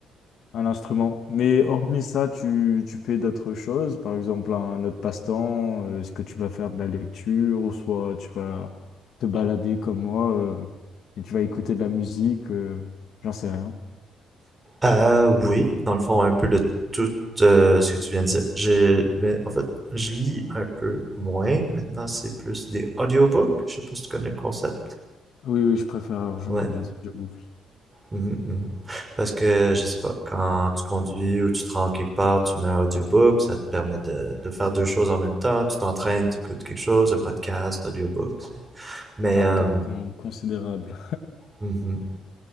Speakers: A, on the left (about 70°); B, on the right (about 20°).
A: Un instrument. Mais hormis ça, tu, tu fais d'autres choses, par exemple un autre passe-temps, euh, est-ce que tu vas faire de la lecture ou soit tu vas te balader comme moi euh, et tu vas écouter de la musique, euh, j'en sais rien.
B: Euh, oui, dans le fond, un peu de tout euh, ce que tu viens de dire. J'ai, mais en fait, je lis un peu moins. Maintenant, c'est plus des audiobooks. Je sais pas si tu connais le concept.
A: Oui, oui, je préfère largement
B: Ouais.
A: les audiobooks.
B: Mhm, mhm. Parce que, je sais pas, quand tu conduis ou tu te rends quelque part, tu mets un audiobook, ça te permet de, de faire deux choses en même temps. Tu t'entraînes, tu écoutes quelque chose, un podcast, audiobook. c'est- Mais,
A: C'est un
B: euh,
A: gain de temps considérable.
B: mhm.